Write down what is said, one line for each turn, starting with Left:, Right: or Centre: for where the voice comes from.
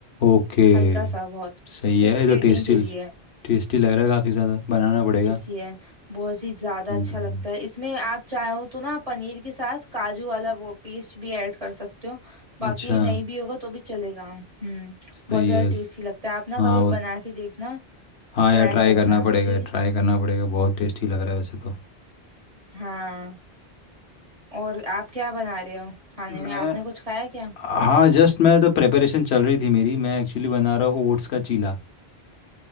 Left: ओके
Right: हल्का सा बहुत
Left: सही
Right: सिर्फ
Left: है ये
Right: प्लेटिंग
Left: तो टेस्टी
Right: के लिए
Left: टेस्टी लग रहा है काफ़ी ज़्यादा बनाना पड़ेगा
Right: टेस्टी है बहुत ही ज्यादा
Left: हम्म
Right: अच्छा लगता है इसमें आप चाहो तो ना पनीर के साथ काजू वाला वो पेस्ट भी ऐड कर सकते हो बाकी
Left: अच्छा
Right: नहीं भी होगा तो भी चलेगा हम्म
Left: सही
Right: बहुत ज्यादा
Left: है
Right: टेस्टी लगता है आप ना
Left: हाँ
Right: कभी
Left: वो
Right: बना के देखना
Left: हाँ
Right: ट्राई
Left: यार ट्राई
Right: करना
Left: करना पड़ेगा
Right: ठीक है
Left: ट्राई
Right: ना
Left: करना पड़ेगा बहुत टेस्टी लग रहा है वैसे तो
Right: हाँ और आप क्या बना रहे हो खाने
Left: मैं
Right: में आपने कुछ खाया क्या
Left: हाँ जस्ट मैं तो प्रेपरेशन चल रही थी मेरी मैं एक्चुअली बना रहा हूँ ओट्स का चीला